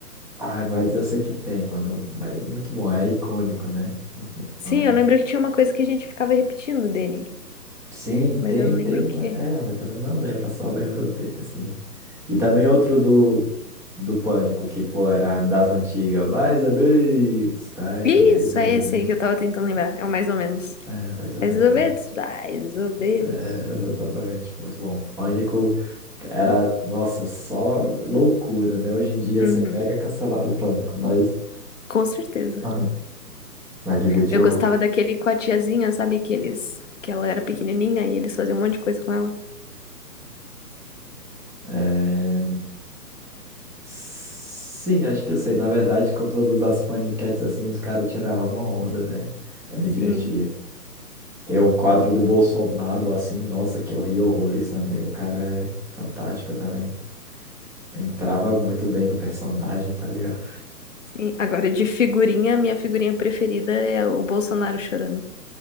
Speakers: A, in the centre; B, on the left (about 50°).
A: Ai, mas eu sei que tem, mano. Mas é muito bom, é icônico, né? Enfim,
B: Sim,
A: Não lembrar.
B: eu lembro que tinha uma coisa que a gente ficava repetindo dele,
A: Sim,
B: mas
A: tem,
B: eu não lembro
A: tem.
B: o quê.
A: mas- É, mas também não lembro, só lembro dele, assim. E também outro do, do Pânico, que, pô, era das antigas. Mais ou menos, mais
B: Isso,
A: ou menos. mais
B: é esse
A: ou menos.
B: aí que eu tava tentando lembrar. É o mais ou menos.
A: É, é, mais ou
B: Mais
A: menos,
B: ou
A: mano.
B: menos, mais ou menos.
A: É, é, exatamente, muito bom. Pânico era, nossa, só loucura, né? Hoje em dia
B: Uhum,
A: você pega cancelado o Pânico, mas...
B: com certeza.
A: <laughs> Mas divertia
B: Eu gostava
A: horrores.
B: daquele com a tiazinha, sabe? Que eles, que ela era pequenininha e eles faziam um monte de coisa com ela.
A: É, Sim, acho que eu sei. Na verdade, com todas as paniquetes assim, os caras tiravam uma onda, né? Eu me
B: Sim,
A: divertia. Tem um quadro do Bolsonaro, assim, nossa, que eu ri horrores também. O cara é fantástico também. Entrava muito bem no personagem, tá ligado?
B: sim. Agora, de figurinha, minha figurinha preferida é o Bolsonaro chorando.